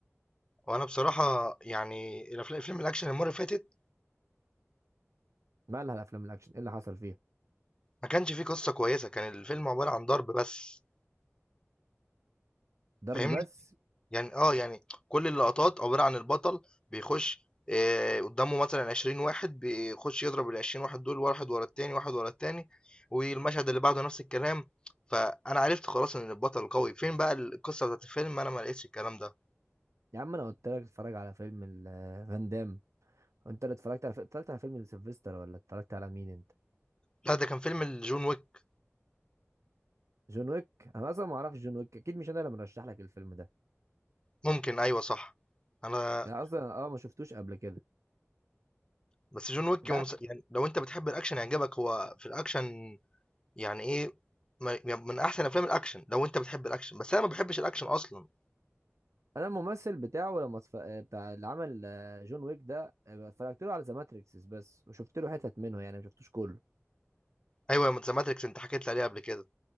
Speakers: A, on the left; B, on the right.
A: وانا بصراحه يعني الأفلام- الفيلم الاكشن المره اللي فاتت
B: مالها الافلام الاكشن ايه اللي حصل فيها
A: ما كانش فيه قصة كويسة كان الفيلم عبارة عن ضرب بس
B: ضرب
A: فاهمني
B: بس
A: يعني اه يعني كل اللقطات عبارة عن البطل بيخش آه، قدامه مثلا 20 واحد بيخش يضرب ال 20 واحد دول واحد ورا التاني واحد ورا التاني والمشهد اللي بعده نفس الكلام فانا عرفت خلاص ان البطل قوي فين بقى القصة بتاعت الفيلم انا ما لقيتش الكلام ده
B: يا عم انا قلت لك اتفرج على فيلم ال- فان دام انت اللي اتفرجت على اتفرجت على فيلم سيلفستر ولا اتفرجت على مين انت
A: لا ده كان فيلم جون ويك
B: جون ويك انا اصلا ما اعرفش جون ويك اكيد مش انا اللي مرشح لك الفيلم ده
A: ممكن ايوه صح انا
B: انا اصلا اه ما شفتوش قبل كده
A: بس جون ويك
B: انت
A: هو
B: عارف
A: مس- يعني لو انت بتحب الاكشن هيعجبك هو في الاكشن يعني إيه ما يعني من أحسن أفلام الأكشن لو أنت بتحب الأكشن، بس أنا ما باحبش الأكشن أصلًا.
B: انا الممثل بتاعه لما اتف... آه، بتاع اللي عمل آه، جون ويك ده آه، اتفرجت له على ذا ماتريكس بس وشفت له حتت منه يعني ما شفتوش كله
A: أيوه ما The Matrix أنت حكيت لي عليه قبل كده.